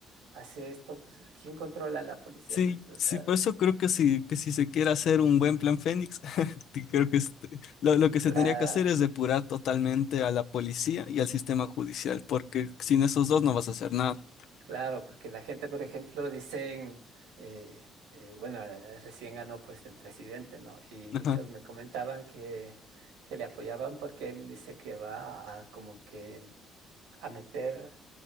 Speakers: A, on the right (about 80°); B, on the left (about 70°).
A: hace esto, pues ¿quién controla a la policía?
B: Sí,
A: Pues, o sea,
B: sí, por eso creo que si, que si se quiere hacer un buen plan Fénix, <laughs> que creo que este- lo, lo que se
A: cla-
B: tendría que hacer es depurar totalmente a la policía y al sistema judicial, porque sin esos dos no vas a hacer nada.
A: claro, porque la gente, por ejemplo, dicen, eh, eh, bueno, eh, recién ganó pues el presidente, ¿no? Y muchos
B: Ajá.
A: me comentaban que, que le apoyaban porque él dice que va a como que a meter